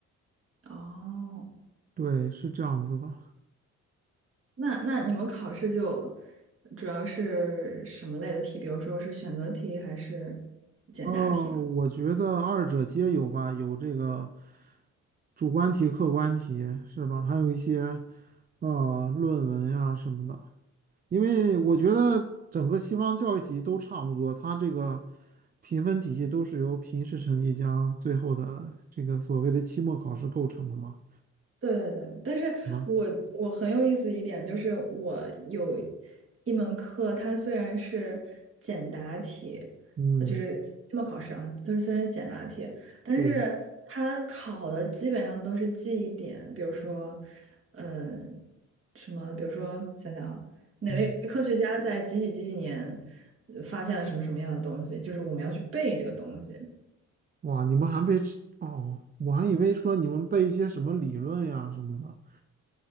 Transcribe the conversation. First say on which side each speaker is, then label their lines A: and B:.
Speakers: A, on the right; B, on the right.
A: 哦，
B: 对，是这样子的。
A: 那那你们考试就主要是什么类的题？比如说是选择题还是简答题呢？
B: 哦，我觉得二者皆有吧，有这个主观题、客观题，是吧？还有一些呃论文呀什么的。因为我觉得整个西方教育体系都差不多，它这个评分体系都是由平时成绩加最后的这个所谓的期末考试构成的嘛。
A: 对对对，但是我我很有意思一点就是，
B: 啊，
A: 我有一门课，它虽然是简答题，
B: 嗯。
A: 呃就是期末考试啊，就是虽然是简答题，但是它考的基本上都是记忆点，
B: 对，
A: 比如说，呃，什么，比如说想想啊，哪位科学家在几几几几年
B: 嗯，
A: 呃发现了什么什么样的东西，就是我们要去背这个东西。
B: 哇，你们还被吃哦，我还以为说你们背一些什么理论呀什么的。